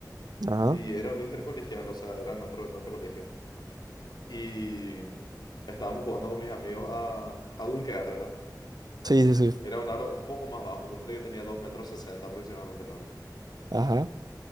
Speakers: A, on the right; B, on the left.
A: Ajá.
B: Y era un intercolegial, o sea, era en otro, en otro colegio. Y estábamos jugando con mis amigos a, a dunkear, ¿verdad?
A: Sí, sí, sí.
B: Era un aro un poco más bajo, ponerle que tenía 2 metros 60 aproximadamente el aro.
A: Ajá,